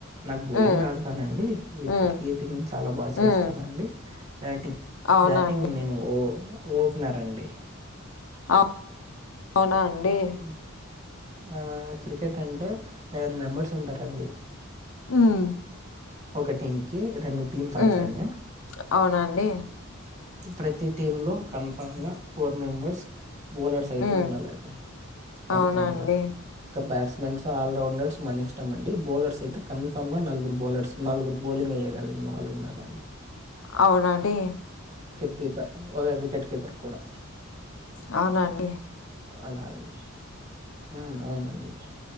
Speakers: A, on the right (about 35°); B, on the left (about 70°).
A: నాకు బౌలింగ్
B: హ్మ్
A: రాదు కానండి వికెట్
B: హ్మ్
A: కీపింగ్ చాలా బాగా
B: హ్మ్
A: చేస్తానండి బ్యాటింగ్
B: అవునా
A: బ్యాటింగ్
B: అండి
A: నేను ఓ ఓపెనర్ అండి
B: అ అవునా అండి
A: ఉమ్, ఆ క్రికెట్ అంటే లేవన్ మెంబర్స్ ఉంటారండి
B: హ్మ్
A: ఒక టీమ్ కి రెండు టీమ్స్
B: హ్మ్
A: ఆడతారండి
B: అవునా అండి
A: ప్రతి టీమ్ లో కన్ఫామ్ గా ఫోర్ మెంబర్స్ బౌలర్స్ అయితే
B: హ్మ్
A: ఉండాలండి కన్ఫామ్‌గా
B: అవునా అండి
A: ఇంకా బ్యాట్స్‌ మెన్స్ ఆల్రౌండర్స్ మన ఇష్టం అండి బౌలర్స్ అయితే కన్ఫామ్‌గా నలుగురు బౌలర్స్ నలుగురు బౌలింగ్ ఏయ్యగలిగిన వాళ్లు ఉండాలండి
B: అవునండి
A: పీపర్ ఒక వికెట్ కీపర్ కూడా
B: అవున అండి
A: అలాడిర్ ఆ అవునండి